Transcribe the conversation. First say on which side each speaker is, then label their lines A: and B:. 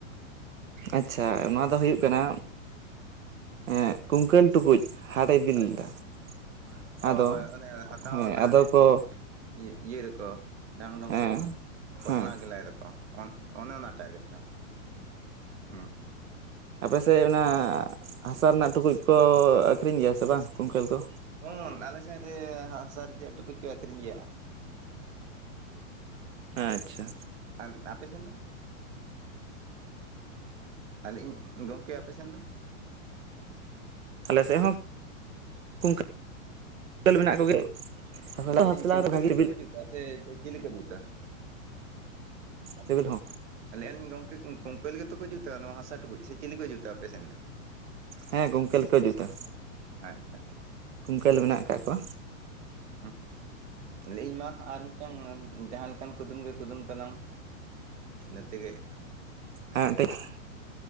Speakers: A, on the right; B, on the right.
A: ᱟᱪᱪᱷ, ᱱᱚᱣᱟ ᱫᱚ ᱦᱩᱭᱩᱜ ᱠᱟᱱᱟ ᱮᱸᱜ ᱠᱩᱝᱠᱟᱹᱞ ᱴᱩᱠᱩᱡ <unintelligible>
B: ᱟᱪᱪᱷᱟ ᱚ
A: ᱟᱫᱚ
B: ᱦᱚᱭ ᱚᱱᱮ ᱦᱟᱛᱟᱣ
A: ᱦᱮᱸ
B: ᱞᱟᱦᱟᱨᱮᱻ
A: ᱟᱫᱚ ᱠᱚ
B: ᱤᱭᱟᱹ-ᱤᱭᱟᱹᱭ ᱫᱚᱠᱚ ᱰᱷᱟᱝ ᱰᱷᱚᱝ
A: ᱦᱮᱸ
B: ᱠᱚ ᱩᱸ ᱠᱚᱴᱱᱟ
A: ᱦᱮᱸ
B: ᱜᱮᱞᱟᱭ ᱫᱚᱠᱚ ᱚᱱ ᱚᱱᱮ ᱚᱱᱟᱴᱟᱜ ᱜᱮᱛᱚ ᱦᱩᱸ
A: ᱟᱯᱮ ᱥᱮᱫ ᱚᱱᱟ ᱦᱟᱥᱟ ᱨᱮᱱᱟᱜ ᱴᱩᱠᱩᱡ ᱠᱚ ᱟᱹᱠᱷᱨᱤᱧ ᱜᱮᱭᱟ ᱥᱮ ᱵᱟᱝ ᱠᱩᱝᱠᱟᱹᱞ ᱠᱚ?
B: ᱦᱚᱱ, ᱟᱞᱮ ᱥᱮᱱ ᱨᱮ ᱦᱟᱥᱟ ᱨᱮᱭᱟᱜ ᱴᱩᱠᱩᱡ ᱠᱚ ᱟᱹᱠᱷᱨᱤᱧ ᱜᱮᱭᱟ
A: ᱟᱪᱪᱷᱟ
B: ᱟᱨ ᱟᱯᱮ ᱥᱮᱱ ᱫᱚ ᱟᱨ ᱞᱟᱹᱭᱮᱜ-ᱟᱹᱧ ᱜᱚᱝᱠᱮ ᱟᱯᱮ ᱥᱮᱱ ᱫᱚ?
A: ᱟᱞᱮ ᱥᱮᱫ ᱦᱚᱸ ᱠᱩᱝᱠᱟᱹ ᱠᱟᱹᱞ ᱢᱮᱱᱟᱜ ᱠᱚᱜᱮ ᱦᱚᱞᱟ
B: ᱟᱹᱞᱤᱧ
A: ᱵᱟᱯᱞᱟᱨᱮ
B: ᱠᱩᱝᱠᱟᱹᱞ
A: ᱵᱷᱟᱜᱮ
B: ᱜᱮᱛᱚ
A: ᱵᱤᱞ
B: ᱠᱚ ᱡᱩᱛᱟ ᱥᱮ ᱪᱤᱞᱤ ᱠᱚ ᱡᱩᱛᱟ
A: <unintelligible> ᱦᱚᱸ
B: ᱞᱟᱹᱭᱮᱜ-ᱟᱞᱤᱧ ᱜᱚᱝᱠᱮ ᱠᱩᱝᱠᱟᱹᱞ ᱜᱮᱛᱚ ᱠᱚ ᱡᱩᱛᱟ ᱱᱚᱣᱟ ᱦᱟᱥᱟ ᱴᱩᱠᱩᱡ ᱥᱮ ᱪᱤᱞᱤ ᱠᱚ ᱡᱩᱛᱟ ᱟᱯᱮ ᱥᱮᱱ ᱫᱚ
A: ᱦᱮᱸ ᱠᱩᱝᱠᱟᱹᱞ ᱜᱮᱠᱚ ᱡᱩᱛᱟ᱾
B: ᱟᱪᱪᱷᱟ
A: ᱠᱩᱝᱠᱟᱹᱞ ᱢᱮᱱᱟᱜ ᱟᱠᱟᱜ ᱠᱚᱣᱟ
B: ᱦᱩᱸ, ᱞᱟᱹᱭᱤᱧ ᱢᱟ ᱟᱨ ᱢᱤᱫᱴᱟᱝ ᱡᱟᱦᱟᱸ ᱞᱮᱠᱟᱱ ᱠᱩᱫᱩᱢ ᱜᱮ ᱠᱩᱫᱩᱢ ᱛᱞᱟᱝ ᱤᱱᱟᱹ ᱛᱮᱜᱮ
A: ᱦᱮᱸ ᱢᱤᱫᱴᱟᱝ